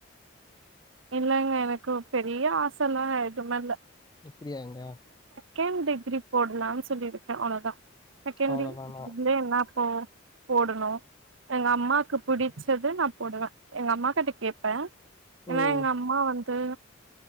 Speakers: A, on the right; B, on the left.
A: இல்லங்க எனக்கு பெரிய ஆசை எல்லா எதுமே இல்ல
B: அப்டியாங்க
A: கேம் டிகிரி போடலாம் சொல்லிருக்கேன் அவளே தான் செகண்டரி
B: அவ்ளோதானா
A: இதுலே என்னப்போ போடணும் எங்க அம்மாக்கு புடிச்சது நா போடுவேன் எங்க அம்மா கிட்ட கேப்பேன் என்னா
B: ம்
A: எங்க அம்மா வந் து